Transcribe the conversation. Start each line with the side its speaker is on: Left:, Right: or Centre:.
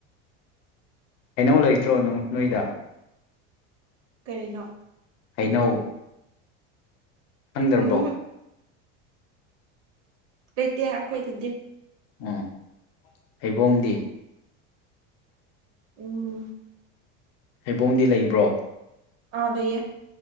Left: ꯍꯩꯅꯧ ꯂꯩꯇ꯭ꯔꯣ ꯅꯣꯏꯗ
Right: ꯀꯔꯤꯅꯣ
Left: ꯍꯩꯅꯧ ꯑꯟꯗ꯭ꯔꯔꯕꯣ
Right: ꯎꯝ ꯂꯩꯇꯦ ꯑꯩꯈꯣꯏꯗꯗꯤ
Left: ꯑꯣ ꯍꯩꯕꯣꯡꯗꯤ
Right: ꯎꯝ
Left: ꯍꯩꯕꯣꯡꯗꯤ ꯂꯩꯕ꯭ꯔꯣ
Right: ꯑꯥ ꯂꯩꯩꯌꯦ